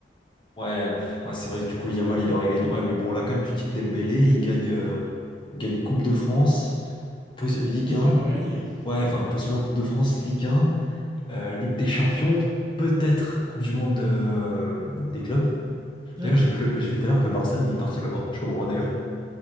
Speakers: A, on the left; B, on the right.
A: ouais, pff, ouais, c'est vrai que du coup, Yamal, il aurait gagné. Ouais, mais bon, là, quand même, tu dis que Dembélé, il gagne, euh, il gagne Coupe de France, pos- Ligue
B: Elle
A: 1,
B: n'est pas encore gagnée. hein.
A: ouais, enfin, postulant en Coupe de France, Ligue 1, euh, Ligue des Champions, peut-être Coupe du Monde de- euh, des clubs.
B: Ouais,
A: D'ailleurs, j'ai vu que le- j'ai vu tout à l'heure que le Barça n'y participe pas, je sais pas pourquoi d'ailleurs,